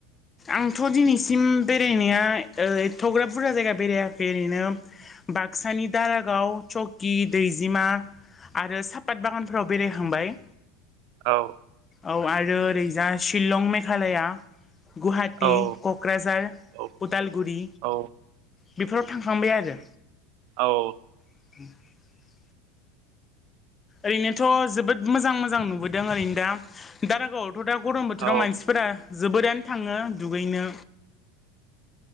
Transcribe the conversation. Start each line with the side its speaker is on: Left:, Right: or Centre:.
Left: आंथ' दिनैसिम बेरायनाया ओ एथग्राफ बुरजा जायगा बेरायाखै ओरैनो बाक्सानि दारागाव, चौकि, दैजिमा आरो सापात बागानफोराव बेरायखांबाय
Right: औ
Left: औ आरो ओरैजा शिलं मेघालया गुवाहाटि,
Right: औ
Left: क'क्राझार,
Right: औ
Left: उदालगुरि
Right: औ
Left: बेफोराव थांखांबाय आरो
Right: औ
Left: <inaudible> ओरैनोथ' जोबोद मोजां-मोजां नुबोदों ओरैनो दा- दारागावआव दा गरम बोथोराव
Right: औ
Left: मानसिफोरा जोबोरैनो थाङो दुगैनो